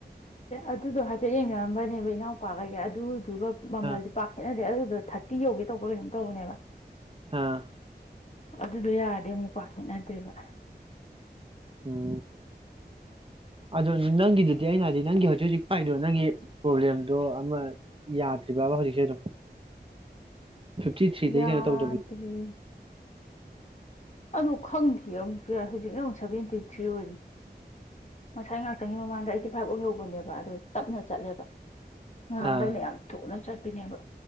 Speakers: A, on the left; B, on the right.
A: ꯑꯗꯨꯗꯣ ꯍꯥꯏꯐꯦꯠ ꯌꯦꯡꯅꯔꯝꯕꯅꯦꯕ ꯏꯅꯥꯎꯄꯥꯒ ꯑꯩꯒ ꯑꯗꯨ ꯑꯗꯨꯒ ꯃꯃꯜꯗꯤ
B: ꯑꯥ
A: ꯄꯥꯛ ꯈꯦꯠꯅꯗꯦ ꯑꯗꯨ ꯑꯗꯣ ꯊꯥꯔꯇꯤ ꯌꯧꯒꯦ ꯇꯧꯕ ꯀꯩꯅꯣꯝ ꯇꯧꯕꯅꯦꯕ
B: ꯑꯥ
A: ꯑꯗꯨꯗꯣ ꯌꯥꯔꯗꯤ ꯑꯃꯨꯛ ꯄꯥꯛ ꯈꯦꯠꯅꯗ꯭ꯔꯤꯕ
B: ꯎꯝ ꯑꯗꯣ ꯅꯪꯒꯤꯗꯨꯗꯤ ꯑꯩꯅ ꯍꯥꯏꯗꯤ ꯅꯪꯒꯤ ꯍꯧꯖꯤꯛ ꯍꯧꯖꯤꯛ ꯄꯥꯏꯗꯣ ꯅꯪꯒꯤ ꯄ꯭ꯔꯣꯕ꯭ꯂꯦꯝꯗꯣ ꯑꯃ ꯌꯥꯗ꯭ꯔꯤꯕꯕ ꯍꯧꯖꯤꯛꯁꯦ ꯑꯗꯨꯝ ꯐꯤꯐꯇꯤ ꯊ꯭ꯔꯤꯗꯩ
A: ꯌꯥꯗ꯭ꯔꯦ
B: ꯀꯩꯅꯣ ꯇꯧꯗꯕꯤ
A: ꯑꯗꯨ ꯈꯪꯗꯤꯌꯦ ꯑꯃꯨꯛꯁꯨ ꯌꯥꯏ ꯍꯧꯖꯤꯛꯅ ꯑꯃꯨꯛ ꯁꯚꯦꯟꯇꯤ ꯊ꯭ꯔꯤ ꯑꯣꯏꯔꯤ ꯉꯁꯥꯏ ꯉꯥꯛꯇꯪꯒꯤ ꯃꯃꯥꯡꯗ ꯑꯩꯠꯇꯤ ꯐꯥꯏꯚ ꯑꯣꯏꯍꯧꯕꯅꯦꯕ ꯑꯗꯨ ꯇꯞꯅ ꯆꯠꯂꯦꯕ ꯉꯍꯥꯡꯒꯩꯅ
B: ꯑꯥ
A: ꯌꯥꯝ ꯊꯨꯅ ꯆꯠ ꯄꯤꯅꯦꯕ